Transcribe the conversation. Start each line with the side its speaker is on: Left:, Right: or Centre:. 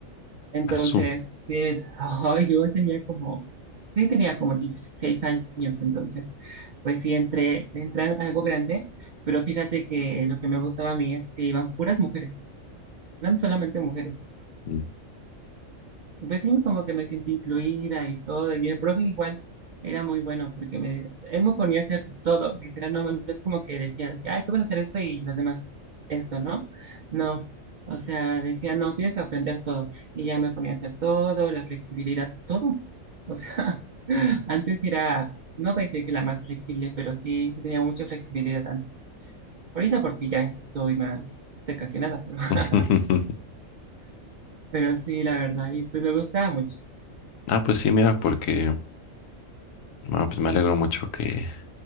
Right: Entonces,
Left: Azú.
Right: eh, ay, yo tenía como, sí, tenía como 16 años, entonces, pues sí, entré, entré a algo grande, pero fíjate que lo que me gustaba a mí es que iban puras mujeres, eran solamente mujeres.
Left: Mm.
Right: Pues sí, como que me sentí incluida y todo. Y el profe igual era muy bueno porque me, él me ponía a hacer todo. Literal, no, no es como que decía de que, ay, tú vas a hacer esto y los demás esto, ¿no? No. O sea, decía, no, tienes que aprender todo. Y ya me ponía a hacer todo, la flexibilidad, todo. O sea, <laughs> antes era, no voy a decir que la más flexible, pero sí, sí tenía mucha flexibilidad antes. Ahorita porque ya estoy más seca que nada, pero, <laughs>
Left: <laughs>
Right: pero sí, la verdad, y pues me gustaba mucho.
Left: Ah, pues sí, mira, porque, bueno, pues me alegro mucho que